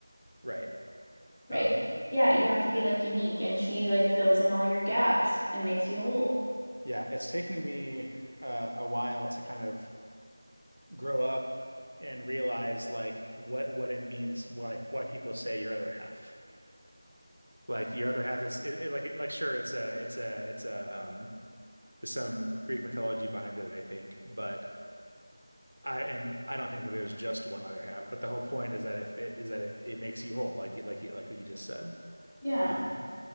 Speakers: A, on the right; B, in the centre.
A: right.
B: right?
A: Um,
B: Yeah, you have to be like unique and she like fills in all your gaps and makes you whole.
A: yeah, it's taking me uh, a while to kind of grow up and realize like what what it means. Why why people say your other half. Like your other half is it, it, like like sure it's a it's a it's a um there's some Greek mythology behind it I think, but I and I don't think that there's just one other half, but the whole point is that if it is that it, it makes you whole, like you like you like what you just said.
B: Yeah.
A: Um,